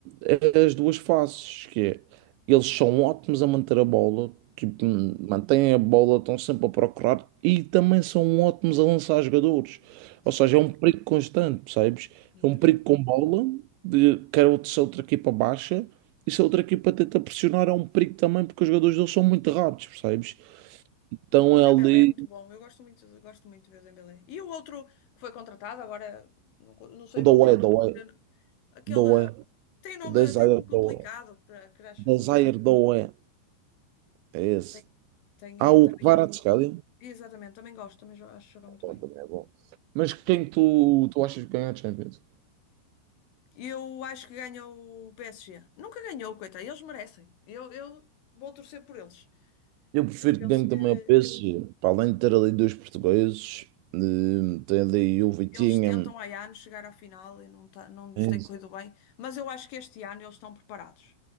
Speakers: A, on the right; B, on the left.
A: é, é as duas faces, que é, eles são ótimos a manter a bola, tipo,
B: Uhum.
A: hum, mantêm a bola, estão sempre a procurar, e também são ótimos a lançar jogadores.
B: Sim,
A: Ou seja, é um perigo constante, percebes?
B: mesmo.
A: É um perigo com bola, de, quer ou- se a outra equipa baixa, e se a outra equipa tenta pressionar, é um perigo também, porque os jogadores deles são muito rápidos, percebes? Então
B: O
A: é
B: Dembélé
A: ali,
B: é muito bom, eu gosto muito, eu gosto muito de ver o Dembélé. E o outro que foi contratado, agora não, co- não sei
A: o
B: o
A: Doué,
B: nome dele,
A: Doué,
B: Eu- aquele
A: Doué,
B: tem nome,
A: o Desire
B: tem nome complicado,
A: Doué,
B: cra- crash,
A: Desire
B: não sei o quê.
A: Doué, é esse.
B: Tem, tem,
A: Há o
B: eh, também,
A: Kvaratskhelia.
B: exatamente, também gosto, também jo- acho que joga muito
A: Bom,
B: bem.
A: também é bom. Mas quem tu, tu achas que ganha a Champions?
B: Eu acho que ganha o PSG. Nunca ganhou, coitado, eles merecem. Eu, eu vou torcer por eles.
A: Eu prefiro
B: Eu penso
A: que ganhe
B: que
A: também o PSG. Para além de ter ali dois portugueses, eh, tem ali o Vitinha.
B: eles tentam há anos chegar à final e não, tá, não nos
A: eh,
B: tem corrido bem, mas eu acho que este ano eles estão preparados.